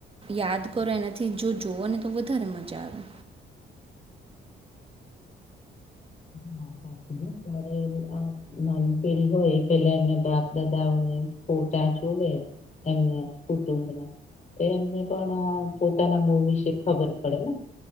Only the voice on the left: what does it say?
<inaudible> હા, સાચી ત્યારે અ નાની પેઢી હોય એ પહેલાં એમને બાપ-દાદાઓને ફોટા જો <unintelligible> એમના કુટુંબના તો એમને પણ પોતાના મુળ વિશે ખબર પડે ને?